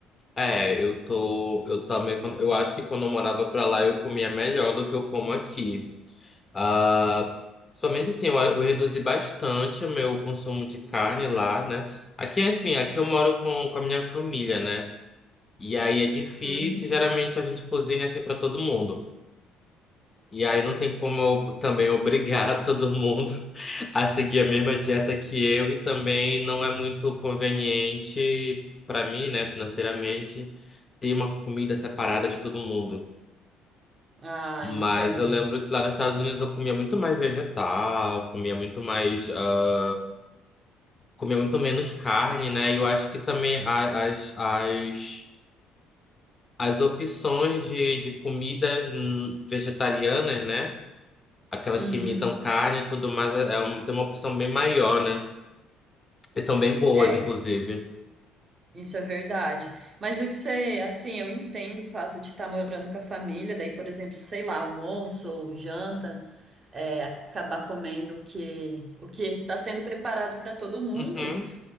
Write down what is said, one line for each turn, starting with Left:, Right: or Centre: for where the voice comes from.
Left: É, eu tô, eu também, quando- eu acho que quando eu morava pra lá eu comia melhor do que eu como aqui. Ah, somente assim, eu, eu reduzi bastante o meu consumo de carne lá, né? Aqui, enfim, aqui eu moro com, com a minha família, né? E aí é difícil,
Right: Uhum.
Left: geralmente a gente cozinha assim para todo mundo. E aí não tem como eu também obrigar <laughs> todo mundo a seguir a mesma dieta que eu e também não é muito conveniente para mim, né, financeiramente, ter uma comida separada de todo mundo.
Right: Ah,
Left: Mas
Right: entendo.
Left: eu lembro que lá nos Estados Unidos eu comia muito mais vegetal, comia muito mais, ah, comia muito menos carne, né? E eu acho que também a- as, as, as opções de, de comidas hum, vegetarianas, né? Aquelas
Right: Uhum.
Left: que imitam carne e tudo mais, é é um- tem uma opção bem maior, né? E são bem boas,
Right: É,
Left: inclusive.
Right: Isso é verdade. Mas o que você, assim, eu entendo o fato de estar morando com a família, daí, por exemplo, sei lá, almoço ou janta, é, acabar comendo o que o que está sendo preparado para todo mundo.
Left: Uhum.